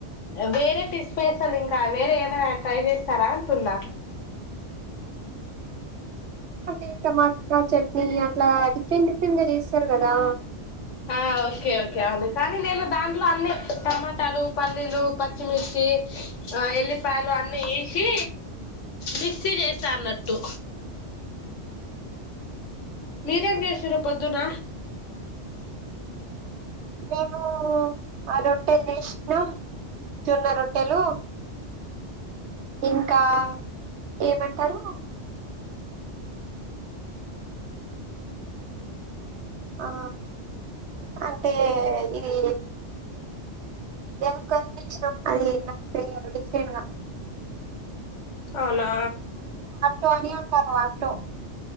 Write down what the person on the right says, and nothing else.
అంటే టమాటా చట్నీ అట్లా డిఫరెంట్ డిఫరెంట్ గా చేస్తారు కదా
మేము ఆ రొట్టెలు చేసినాం జొన్న రొట్టెలు ఇంకా ఏమంటరు ఆ అంటే ఇది ఎందులి <unintelligible> చేసినాం అది నాకు తెలియదు డిఫరెంట్గా
కానీ అ <unintelligible> ఆటో